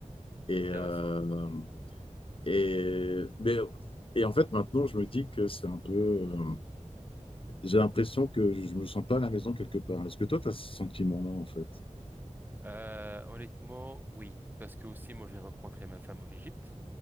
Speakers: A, on the left; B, on the right.
A: Et,
B: Intéressant.
A: euh, et, mais, et en fait, maintenant, je me dis que c'est un peu. euh, j'ai l'impression que je me sens pas à la maison quelque part. Est-ce que toi, tu as ce sentiment-là, en fait?
B: Euh, honnêtement, oui. Parce que aussi, moi, j'ai rencontré ma femme en Égypte.